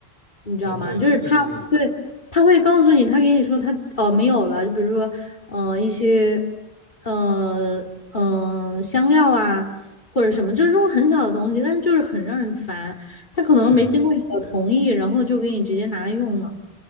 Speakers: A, on the left (about 45°); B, on the right (about 20°).
A: 你知道吗？
B: 啊、对，
A: 就是他对他会告诉你，
B: 这个是
A: 他给你说他哦没有了，就比如说呃一些呃嗯、呃香料啊或者什么，就是这种很小的东西，但是就是很让人烦，他可能没经过你的同意，
B: 对。
A: 然后就给你直接拿来用了。